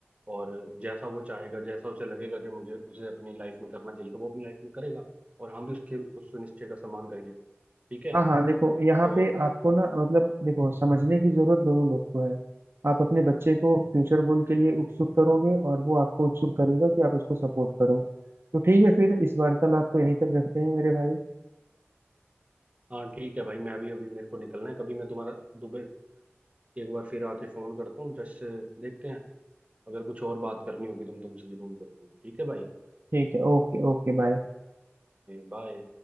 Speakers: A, on the right; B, on the right.
A: और जैसा वो चाहेगा जैसा उसे लगेगा कि मुझे उसे अपनी लाइफ में करना चाहिए तो वो अपनी लाइफ में करेगा और हम भी उसके उस निश्चय का सम्मान करेंगे ठीक है
B: हाँ हाँ देखो यहाँ
A: तो
B: पे आपको ना मतलब देखो समझने की जरूरत दोनों लोग को है आप अपने बच्चे को फ्यूचर गोल के लिए उत्सुक करोगे और वो आपको उत्सुक करेगा कि आप उसको सपोर्ट करो तो ठीक है फिर इस वार्तालाप को यहीं तक रखते हैं मेरे भाई
A: हाँ ठीक है भाई मैं भी अभी मेरे को निकलना है कभी मैं तुम्हारा दुबे एक बार फिर आके फोन करता हूँ जस्ट देखते हैं अगर कुछ और बात करनी होगी तो मैं तुमसे जरूर करूंगा ठीक है भाई
B: ठीक है ओके ओके बाय
A: बाय